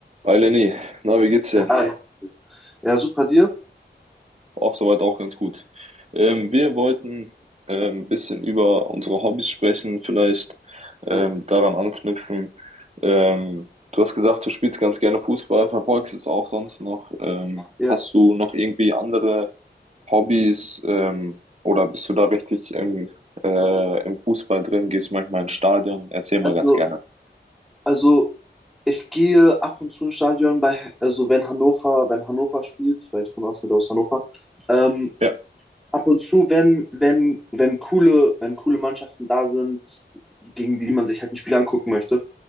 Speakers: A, on the right; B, in the centre.
A: Hi Lenny, na, wie geht's dir?
B: Ja, hi. Ja, super dir.
A: Auch soweit auch ganz gut. Ähm, wir wollten ähm, ein bisschen über unsere Hobbys sprechen, vielleicht ähm,
B: Ja,
A: daran anknüpfen. Ähm, du hast gesagt, du spielst ganz gerne Fußball, verfolgst es auch sonst noch. Ähm,
B: ja.
A: hast du noch irgendwie andere Hobbys ähm, oder bist du da richtig im, äh, im Fußball drin? Gehst manchmal ins Stadion? Erzähl mal
B: Also,
A: ganz gerne.
B: also ich gehe ab und zu ins Stadion bei, also wenn Hannover, wenn Hannover spielt, weil ich komme aus- halt aus Hannover, ähm,
A: Ja,
B: ab und zu, wenn, wenn, wenn coole, wenn coole Mannschaften da sind, gegen die man sich halt ein Spiel angucken möchte,